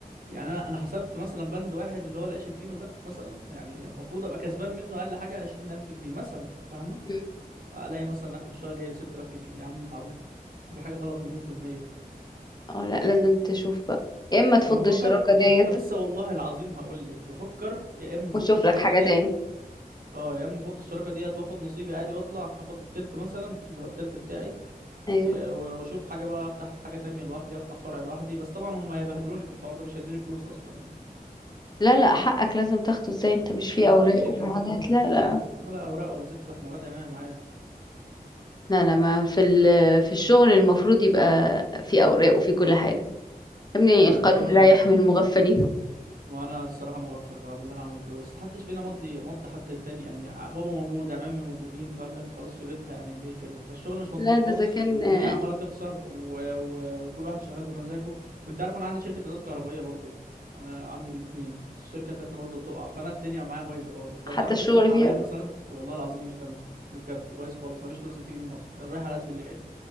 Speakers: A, on the right (about 65°); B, on the left (about 25°).
A: يعني انا انا حسبت مثلا بند واحد اللي هو العيش الفينو ده مثلا يعني المفروض ابقى كسبان منه اقل حاجة 20000 جنيه مثلا فاهمة
B: أمم.
A: الاقي مثلا اخر الشهر جاي لي 6000 جنيه يا عم انت عبيط انت في حاجه غلط مليون في الميه
B: اه لا لازم تشوف بقى يا اما تفض
A: انا بفكر
B: الشراكة ديت
A: آه، لسه والله العظيم هقول لك بفكر يا اما افض
B: وتشوف
A: الشراكه
B: لك حاجة
A: ديت
B: تاني
A: اه يا اما افض الشراكه ديت واخد نصيبي عادي واطلع هاخد التلت مثلا اللي هو التلت بتاعي
B: ايوه
A: يا- و- واشوف حاجه بقى افتح حاجه تانية لوحدي افتح فرع لوحدي بس طبعا هم هيبهدلوني في الحوار ده مش هيدوني فلوس اصلا يعني
B: لا لا حقك لازم تاخده ازاي انت مش فيه
A: ما
B: اوراق
A: فيش الكلام
B: وفي حاجات
A: ده ما
B: لا
A: فيش الكلام
B: لا
A: ده ولا اوراق ولا زفت ده احنا ورقة عمام عادي
B: لا لا ما في ال- في الشغل المفروض يبقى في اوراق وفي كل حاجه يا ابني
A: لا
B: القانون
A: الشغل
B: لا يحمي المغفلين
A: ما انا الصراحه مغفل بقى باللي انا عملته ده بس محدش فينا مضي مضى حد التاني يعني بابا موجود عمامي موجودين فقال لك خلاص في بيتها يعني ليه كده فالشغل مش مظبوط
B: لا
A: خالص
B: ده اذا كان
A: والدنيا
B: آه،
A: عماله تخسر و... و... وكل واحد شغال بمزاجه وانت عارف انا عندي شركه ادوات كهربائيه برضو انا عندي الاتنين بس الشركه بتاعتنا برضو بتقع فانا الدنيا معايا بايظه خالص
B: حتى
A: لو تعرف
B: الشغل
A: تقترح
B: فيها
A: عليا مثلا والله العظيم مش تمام بجد بايظ خالص مفيش فلوس بتيجي منه اصلا الرايح على قد اللي جاي